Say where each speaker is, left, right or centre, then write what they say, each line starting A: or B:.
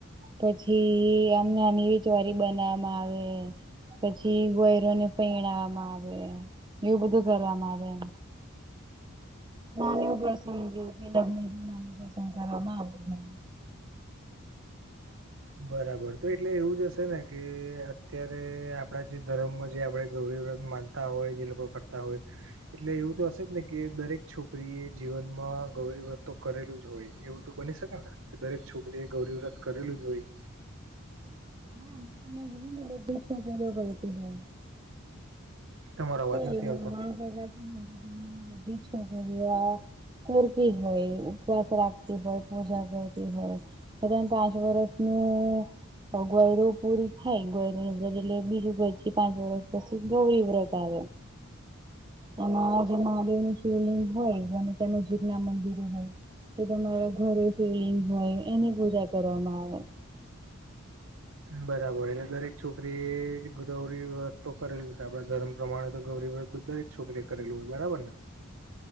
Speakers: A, on the right (about 20°); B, on the right (about 65°).
A: પછી એમને આમ એવી જોરી બનાવામાં આવે પછી વયરોને પૈણાવામાં આવે. એવું બધું કરવામાં આવે એમ. <unintelligible>
B: બરાબર તો એટલે એવું જ હશે ને કે અત્યારે આપડા જે ધરમમાં આપડે ગૌરી વ્રત માન <unintelligible> હોય જે લોકો કરતાં હોય એટલે એવું તો હશે જ ને કે દરેક છોકરીએ જીવનમાં ગૌરી વ્રત તો કરેલું જ હોય. એવું તો બની શકે ને કે દરેક છોકરી એ ગૌરીવ્રત કરેલું જ હોય
A: હા <unintelligible> કરતી હ.
B: તમારો અવાજ
A: નાના
B: નથી આવતો.
A: ટકાથી <unintelligible> કરતી હોય ઉપવાસ રાખતી હોય પૂજા કરતી હોય. એદ પાંચ વર્સનું ગયરોવ પુરી ખાય ગયરો નર બીજભર પાંચ વરષસ પછી ગૌરી વ્રત. આવે. એમાં જે મહાદેવની શિવલિંગ હોય અને તે નજીકના મંદિરો હોય એ તમારા ઘરે શિવલિંગ હોય એની પૂજા કરવામાં આવે.
B: બરાબર એલે દરેક છોકરી ગૌરી વ્રત કરેલું છે આપણે ધર્મ પ્રમાણે તો ગૌરી વ્રત તો દરેક છોકરીએ કરેલું હોય બરાબરને?